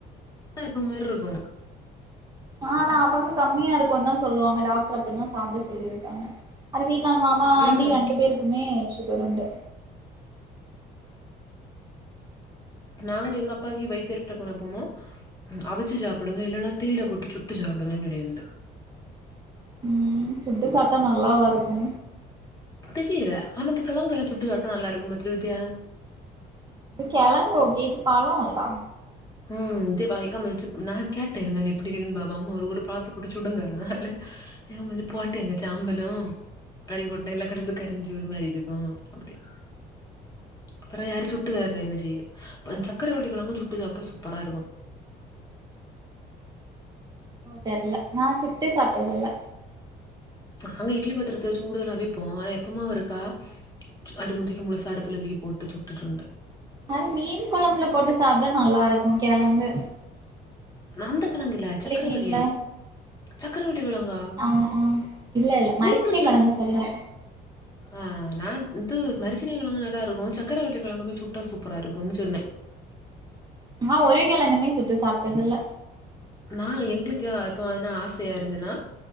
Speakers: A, on the left; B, on the right.
A: தா இருக்குற மாரிருக்கு
B: ஆ அவங்க கம்மியா இருக்கும்னு தா சொல்லுவாங்க டாக்டர் அப்டிதா சாப்ட சொல்லியிருக்காங்க அந்த வீட்ல அந்த மாமா ஆன்ட்டி
A: ம்
B: ரெண்டு பேருக்குமே சுகர் உண்டு
A: நாங்க எங்க அப்பாக்கீ வைத்யர்ட்ட போறப்போமோ அவிச்சு சாப்டுங்க இல்லன்னா தீல போட்டு சுட்டு சாப்டுங்கன் சொல்லிருந்தே
B: ம் சுட்டு சாப்ட்டா நல்லாவா இருக்கு
A: தெரியல ஆனாந்த கிழங்கெல்லா சுட்டு சாப்டா நல்லாருக்கும் பத்திருவியா
B: கிழங்கோக்கே இது பழோம்லா
A: ம் இது பாய்க்கா மில்ச்சு நா கேட்டே இருந்தாலே எப்டி இருக்குன்னு பாப்போ அம்மா ஒரு பழத்ல போட்டு சுடுங்கன்னு லே ம் இது போட்டேங்க ஜா அம்பலோ கறிகொண்டைல கடந்து கறிஞ்சோறு மாரி இருக்கு அப்டின் அப்பறோ யாரு சுட்டு காரு என்ன செய்ய சக்கரவள்ளிகெழங்கு சுட்டு சாப்ட்டா சூப்பராருக்கு
B: தெர்ல நா சுட்டு சாப்டதில்ல
A: நாங்க இட்லி பாத்திரத்த வெச்சு வுடால அவிப்போ ஆனா எப்பமா இருக்கா அடிமுந்திக்கு முழுசா அடுப்ல தூக்கி போட்டு சுட்டுசுண்டு
B: அது மீன் கொழம்புல போட்டு சாப்ட நல்லாருக்கு கெழங்கு
A: அந்தக்கெழங்கு இல்ல சக்கரவள்ளி
B: மீன்ல
A: சக்கரவள்ளி கெழங்கா
B: ஆ ஆ இல்ல இல்ல மரச்சினி
A: மீன் துருல
B: கிழங்கு சொல்ற
A: ஆ நான் இது மரிச்சனை கெழங்கு தா இருக்கு சக்கரவள்ளி கெழங்குமே சுட்டா சூப்பரா இருக்கும்னு சொன்னே
B: நா ஒரெ கெழங்குமே சுட்டு சாப்ட்டது இல்ல
A: நா எங்குளு‌க்கு ஆ இப்போ அதுன்னா ஆசையா இருந்துன்னா